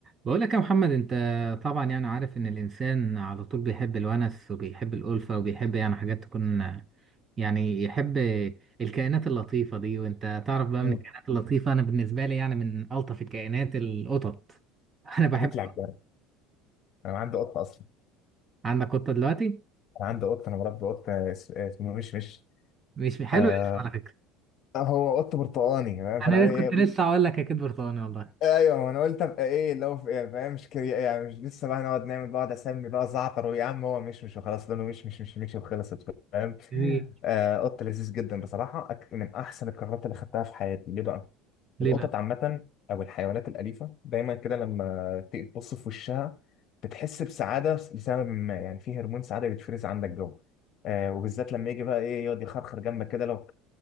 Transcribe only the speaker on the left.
مم.
انت جيت لي على الجرح انا عندي قطه اصلا
انا عندي قطه انا مربي قطه اس- اسمه مش مش
آه
هو قط برتقاني تمام فانا
إيه،
ايوه ما انا قلت ابقى ايه لو في إيه فاهم مش كري يعني مش لسه بقى نقعد نعمل بقعد اسمي بقى زعتر ويا عم هو مش مش وخلاص لونه مش مش مش مش وخلصت فاهم
آه قط لذيذ جدا بصراحه أك- من احسن القرارات اللي خدتها في حياتي ليه بقى
القطط
عامه او الحيوانات الاليفه دايما كده لما تيجي تبص في وشها بتحس بسعاده لسبب ما يعني في هرمون سعاده بيتفرز عندك جوه آه وبالذات لما يجي بقى ايه يقعد يخرخر جنبك كده لو